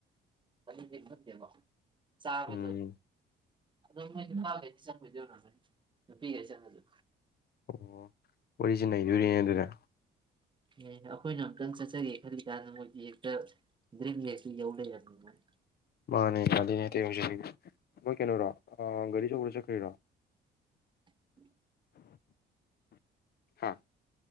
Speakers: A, on the right (about 25°); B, on the left (about 55°).
A: ꯀ ꯌꯦꯚ ꯗꯦꯕ ꯆꯕꯗꯨ
B: ꯎꯝ
A: ꯑꯗꯣ ꯃꯣꯏ ꯅꯨꯄꯥꯈꯩꯗꯤ ꯆꯪꯉꯣꯏꯗꯧꯔ ꯅꯣꯏ ꯅꯨꯄꯤꯈꯩ ꯆꯪꯉꯁꯨ
B: ꯑꯣ ꯑꯣꯔꯤꯖꯤꯅꯦꯜ ꯌꯨꯔꯤꯟ ꯑꯗꯨꯗ
A: ꯑꯦ ꯑꯩꯈꯣꯏꯅ ꯑꯨꯛꯇꯪ ꯆꯠꯆꯒꯦ ꯈꯜꯂꯤ ꯀꯥꯟꯗ ꯃꯣꯏ ꯕꯦꯛꯇ ꯗ꯭ꯔꯤꯝ ꯕꯦꯒꯛꯇꯨ ꯌꯧ ꯂꯩꯔꯅꯤꯃꯥꯏꯅ
B: ꯃꯥꯅꯦ ꯀꯂꯤꯅꯦꯠꯇ ꯍꯧꯁꯤꯔꯤ ꯃꯣꯏ ꯀꯩꯅꯣꯔꯣ ꯒꯥꯔꯤ ꯁ ꯆꯈꯔꯣ
A: ꯎ <inaudible>
B: ꯍꯥꯥ